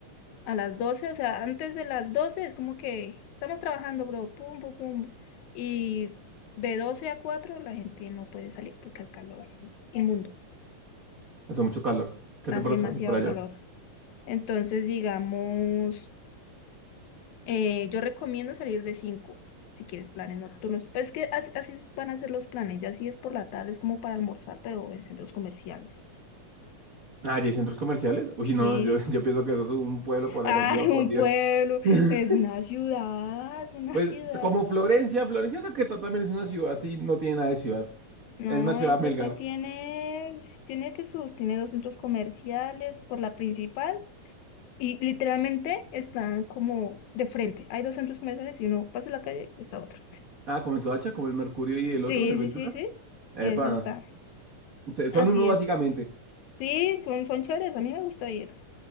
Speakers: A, on the left; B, on the right.
A: a las doce, O sea, antes de las 12 es como que estamos trabajando, bro. Pum, pum, pum. Y de 12 a 4 la gente no puede salir porque el calor es inmundo.
B: hace mucho calor. ¿Qué
A: hace
B: temperatura
A: demasiado
B: hay por allá?
A: calor. Entonces, digamos, eh, yo recomiendo salir de 5, si quieres planes nocturnos. Pues es que así, así es- van a ser los planes, ya si es por la tarde, es como para almorzar, pero en centros comerciales.
B: Ah, ¿y hay centros comerciales? Uy,
A: Sí,
B: no, yo, <laughs> yo pienso que eso es un pueblo
A: <laughs>
B: por
A: ay,
B: allá olvidado
A: un
B: por Dios.
A: pueblo,
B: <laughs>
A: es una ciudad, es una
B: Pues
A: ciudad.
B: como Florencia, Florencia creo que ta- también es una ciudad y no tiene nada de ciudad.
A: No,
B: Es una ciudad
A: esta
B: Melgar.
A: sí tiene, sí tiene que sus, tiene dos centros comerciales por la principal y literalmente están como de frente. Hay dos centros comerciales y uno pasa la calle y está otro.
B: Ah, comenzó hacha como el Mercurio y el otro,
A: Sí,
B: el
A: sí,
B: Ventura.
A: sí, sí.
B: Epa,
A: Eso está.
B: se-
A: Así
B: son uno básicamente.
A: es. Sí, son, son chéveres. A mí me gusta ir.